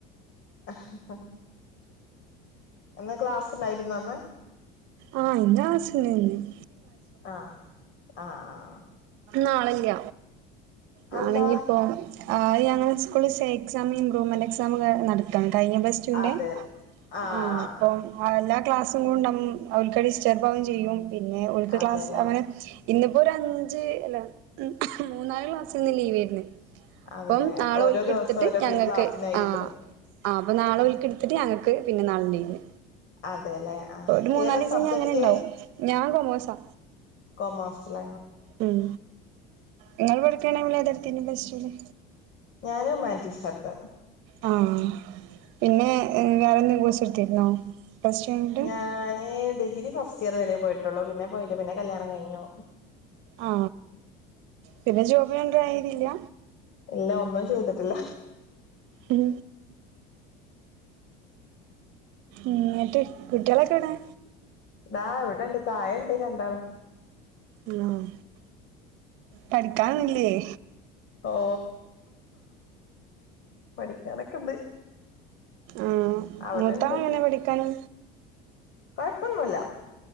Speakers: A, on the left (about 60°); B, on the right (about 70°).
A: <unintelligible> ഇന്ന് ക്ലാസ്ണ്ടായിരുന്നോ ഇന്ന്?
B: ആ ഇന്ന് ക്ലാസ്സുണ്ടെനി ന്ന്
A: ആഹ്! ആഹ്! ആഹ
B: നാളെല്ല. നാളെന്നിപ്പോ?
A: അതെന്താ
B: ഞങ്ങളെ സ്കൂളിൽ സേ എക്സാം ഇമ്പ്രൂവ്മെന്റ് എക്സാം ഒക്കെ നടക്കാണ്. കഴിഞ്ഞ പ്ലസ് ടു ൻ്റെ
A: അതെ ആഹ്
B: ആ
A: ആഹ്
B: അപ്പം ക്ലാസ്സും കൊണ്ട് അവർക്ക് ഡിസ്റ്റർബ് ആകും ചെയ്യും. പിന്നെ ഓൽക്ക്
A: അതെല്ലേ
B: ക്ലാസ് അങ്ങനെ ഇന്നിപ്പോ ഒരു അഞ്ച് അല്ല മൂന്നാല് ക്ലാസ്സ് ഇന്ന് ലീവേര്ന്ന്
A: അതല്ലെ
B: അപ്പം നാളെ
A: ഓരോ
B: ഓൽക്ക്
A: ദിവസം
B: ഇട്ത്തിട്ട്
A: ഓരോ
B: ഞങ്ങക്ക്
A: പി ക്ലാസ്സിനായിരിക്കുംല്ലേ
B: ആ ആ അപ്പൊ നാളെ
A: ആ
B: ഓൽക്ക് ഇട്ത്തിട്ട് ഞങ്ങക്ക്! പിന്നെ നാളെ ലീവ്
A: അതെല്ലെ ആ
B: ഒരു മൂന്നാലീസം
A: ഏതാ സബ്ജക്ട്
B: ഇഞ് അങ്ങനെ ഇണ്ടാവും ഞാൻ കൊമോസാ
A: കൊമേഴ്സില
B: ഉം ഇങ്ങള് പഠിക്കണന്ന് ഏതാട്ത്തീ നെ പ്ലസ് ടൂന്ന്
A: ഞാന് ഉമാൻറ്റീസ് എടുത്ത
B: ആ പിന്നെ വേറെന്തെ കോയ്‌സ് എടുത്തിരുന്നോ പ്ലസ് ടു കഴിഞ്ഞിട്ട്
A: ഞാനേ ഡിഗ്രി ഫസ്റ്റ് ഇയർ വരെ പോയിട്ടുള്ളൂ. പിന്നെ പോയില്ല. പിന്നെ കല്യാണം കയിഞ്ഞു.
B: ആ പിന്നെ ജോബിനൊന്നും ട്രൈ ചെയ്തില്ല?
A: ഇല്ല ഒന്നും ചെയ്തിട്ടില്ല.
B: ഉം എന്നട്ട് കുട്ടികളൊക്കെ ഏവ്ടെ?
A: ദാ ഇവ്ടെ ഇണ്ട് തായണ്ട് രണ്ടാളും
B: ഉം പഠിക്കാനൊന്നുംല്ല്യേ?
A: ഓ പഠിക്കാനൊക്കെണ്ട്.
B: ആഹ്
A: അവിടെ
B: മൂത്താള്
A: ഇണ്ട്
B: എങ്ങനെ പഠിക്കാന്
A: കൊഴപ്പൊന്നുല്ല